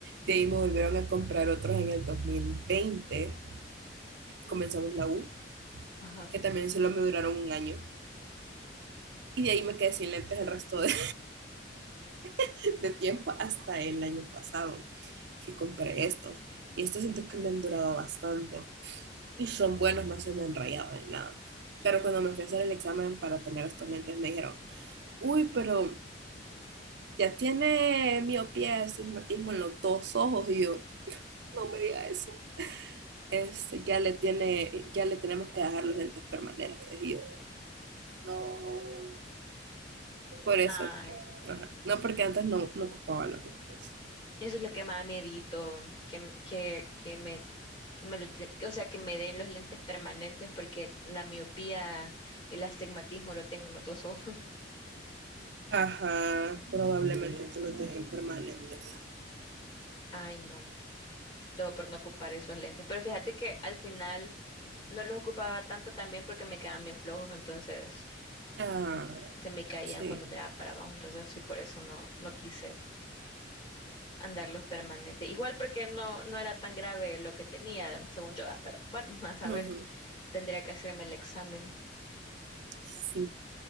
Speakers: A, on the right; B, on the left.
A: De ahí me volvieron a comprar otros en el 2020, que comenzamos la U,
B: Ajá.
A: que también solo me duraron un año. Y de ahí me quedé sin lentes el resto de, <laughs> de tiempo hasta el año pasado, que compré estos. Y estos siento que me han durado bastante. y son buenos, no se me enrayaban ni nada. Pero cuando me fui a hacer el examen para tener estos lentes, me dijeron, uy, pero ya tiene miopía, astigmatismo en los dos ojos. Y yo, no me diga eso. Es, ya le tiene, ya le tenemos que dejar los lentes permanentes. Y yo, no. Por eso
B: Ay,
A: es que, ajá. No porque antes no, no ocupaba los lentes.
B: eso es lo que más miedito, que, m- que, que me, que me lo de- que, o sea, que me den los lentes permanentes porque la miopía y el astigmatismo lo tengo en los dos ojos.
A: Ajá, probablemente te los dejen permanentes.
B: <laughs> Ay, no, todo por no ocupar esos lentes. Pero fíjate que al final no los ocupaba tanto también porque me quedaban bien flojos, entonces.
A: Ah,
B: se me caían
A: sí.
B: cuando miraba para abajo, entonces sí, por eso no, no quise andarlos permanente. Igual porque no, no era tan grave lo que tenía, según yo, ah, pero bueno, <laughs> a saber,
A: Ujú.
B: tendría que hacerme el examen.
A: Sí,